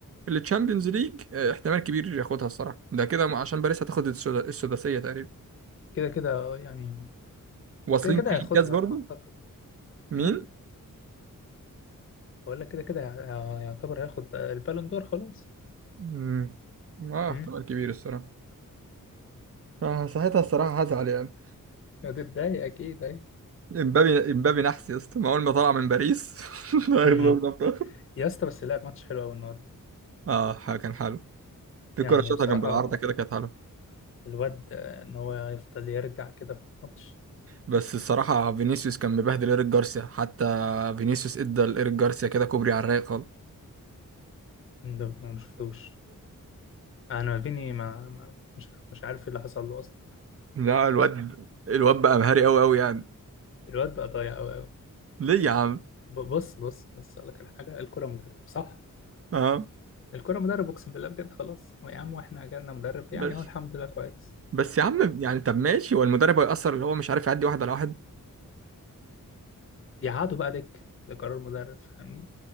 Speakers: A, on the right (about 45°); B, on the left (about 40°).
A: التشامبيونز ليج احتمال كبير ياخدها الصراحه ده كده عشان باريس هتاخد السدا- السداسيه تقريبا
B: كده كده يعني
A: واصلين
B: كده كده
A: نهائي
B: هياخدها
A: الكاس برضو
B: اعتقد
A: مين
B: امم بقول لك كده كده يع- يعتبر هياخد البالون دور خلاص
A: مم. اه
B: امم
A: احتمال كبير الصراحه آه ساعتها الصراحه هزعل يعني
B: هتتضايق اكيد اي
A: امبابي امبابي نحس يا اسطى ما اول ما طلع من باريس <laughs> هياخد
B: امم
A: دوري الابطال
B: يا اسطى بس لعب ماتش حلو قوي النهارده
A: اه ح- كان حلو في
B: يعني
A: كره شاطها
B: بصراحه
A: جنب العارضه كده كانت حلوه
B: الواد ان هو يفضل يرجع كده في الماتش
A: بس الصراحة فينيسيوس كان مبهدل إيريك جارسيا حتى فينيسيوس ادى لإيريك جارسيا كده كوبري على الرايق خالص
B: ده ما شفتوش انا فيني ما, ما مش مش عارف ايه اللي حصل له اصلا
A: لا الواد الواد بقى مهاري أوي أوي يعني
B: الواد بقى ضايع قوي قوي
A: ليه يا عم؟
B: بص بص بص اقول لك على حاجه الكره مدرب صح
A: اه
B: الكرة مدرب اقسم بالله بجد خلاص هو يا عم واحنا جالنا مدرب يعني
A: بس
B: هو الحمد لله كويس
A: بس يا عم يعني طب ماشي هو المدرب هيأثر اللي هو مش عارف يعدي واحد على واحد
B: فيقعدوا بقى دك ده قرار مدرب فاهمني